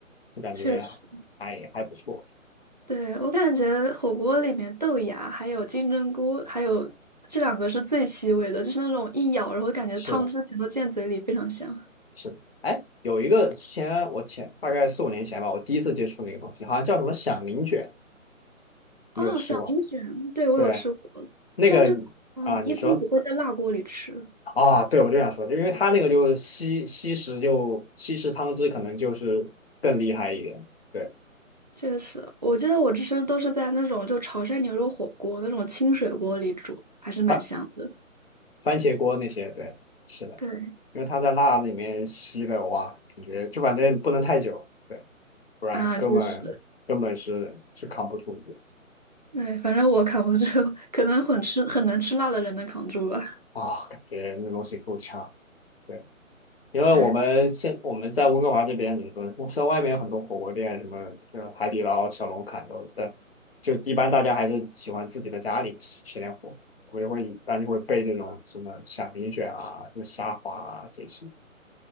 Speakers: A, on the left; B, on the right.
A: 就感觉
B: 确实，
A: 还还不错。
B: 对，我感觉火锅里面豆芽还有金针菇，还有这两个是最吸味的，就是那种一咬，然后感觉汤汁全都溅嘴里，
A: 是的，
B: 非常香。
A: 是的。哎，有一个之前我前大概四五年前吧，我第一次接触那个东西，好像叫什么响铃卷，你有吃过吗？
B: 哦，小铃卷，对，我有吃过，
A: 对，那个
B: 但这个嗯一般不会在辣锅里吃。
A: 啊，你说啊，对，我就想说，就因为他那个就吸吸食，就吸食汤汁，可能就是更厉害一点。对，
B: 确实，我记得我吃都是在那种就潮汕牛肉火锅那种清水锅里煮，还是蛮香的。
A: 番番茄锅那些，对，是的，
B: 对
A: 因为他在辣里面吸了，哇，感觉就反正不能太久，对，不然根本根本是是扛不住的
B: 啊，就是。对，反正我扛不住，可能很吃很能吃辣的人能扛住吧。<laughs>
A: 啊，感觉那东西够呛。对。因为我们现我们在温哥华这边怎么说，
B: 对
A: 像外面有很多火锅店，什么就是海底捞、小龙坎都有，但就一般大家还是喜欢自己的家里吃吃点火锅。我就会一般就会备这种什么响铃卷啊、什么虾滑啊这些，